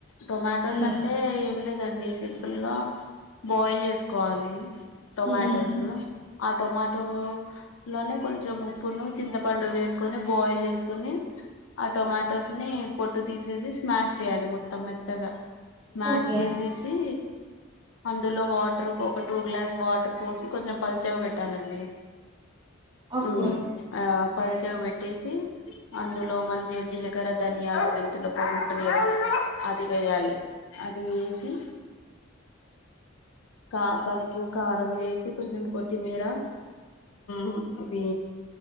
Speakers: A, on the left; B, on the right.
A: టొమాటోస్
B: ఉమ్,
A: అంటే ఏం లేదండి సింపుల్గా బాయిల్ చేస్కోవాలి టొమాటోస్
B: ఉమ్,
A: టొమాటోలోనే కొంచం ఉప్పును, చింతపండు వేస్కోని బాయిల్ చేస్కొని ఆ టొమాటోస్ని పొట్టు తీసేసి స్మాష్ చేయాలి మొత్తం మెత్తగ స్మాష్
B: ఓకే
A: చేసేసీ అందులో వాటరు ఒక టూ గ్లాస్ వాటర్ పోసి కొంచెం పల్చగ పెట్టాలండి.
B: ఓకే
A: మ్ ఆ పల్చగ పెట్టేసి అందులో మంచిగ జీలకర్ర ధనియాలు, మెంతుల పొడి ఉంటది గదా అది వేయాలి. అది వేసి కా పసుపు, కారం వేసి కొంచం కొత్తిమీరా మ్ ఇదీ